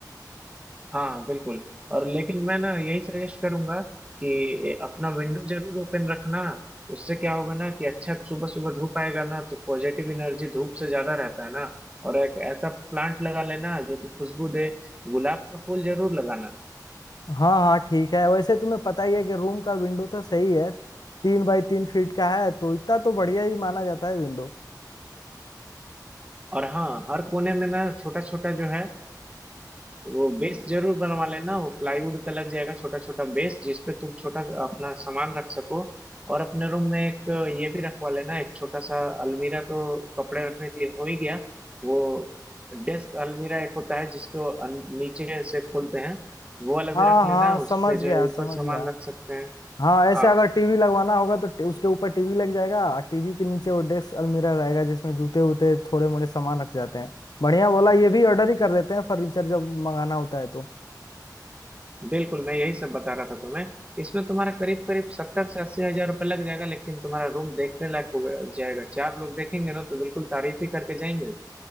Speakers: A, on the right (about 15°); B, on the left (about 70°).
A: हाँ बिल्कुल और लेकिन मैं ना यही सजेस्ट करूंगा कि अपना विंडो जरूर ओपन रखना उससे क्या होगा ना कि अच्छा सुबह सुबह धूप आएगा ना तो पॉजिटिव एनर्जी धूप से ज्यादा रहता है ना और एक ऐसा प्लांट लगा लेना जो कि खुशबू दे गुलाब का फूल जरूर लगाना
B: हाँ हाँ ठीक है वैसे तुम्हें पता ही है कि रूम का विंडो तो सही है तीन बाई तीन फीट का है तो इतना तो बढ़िया ही माना जाता है विंडो
A: और हाँ हर कोने में ना छोटा छोटा जो है आ, वो बेस जरूर बनवा लेना वो प्लाईवुड का लग जाएगा छोटा छोटा बेस जिसपे तुम छोटा सा अपना सामान रख सको और अपने रूम में एक ये भी रखवा लेना एक छोटा सा अलमीरा तो कपड़े रखने के लिए हो ही गया वो डेस्क अलमीरा एक होता है जिसको अन- नीचे से खोलते हैं वो वाला भी
B: हाँ
A: रख लेना
B: हाँ
A: उस
B: समझ
A: पे जो
B: गया
A: है ऊपर
B: समझ
A: सामान
B: गया
A: रख सकते हैं
B: हाँ ऐसे
A: हाँ
B: अगर टीवी लगवाना होगा तो टी- उसके ऊपर टीवी लग जाएगा और टीवी के नीचे वो डेस्क अलमीरा रहेगा जिसमें जूते वूते थोड़े मोड़े सामान रख जाते हैं बढ़िया बोला ये भी ऑर्डर ही कर लेते हैं फर्नीचर जब मंगाना होता है तो
A: बिल्कुल मैं यही सब बता रहा था तुम्हें इसमें तुम्हारा करीब करीब सत्तर से अस्सी हजार रुपये लग जाएगा लेकिन तुम्हारा रूम देखने लायक हो गया- जाएगा चार लोग देखेंगे ना तो बिल्कुल तारीफ ही करके जाएंगे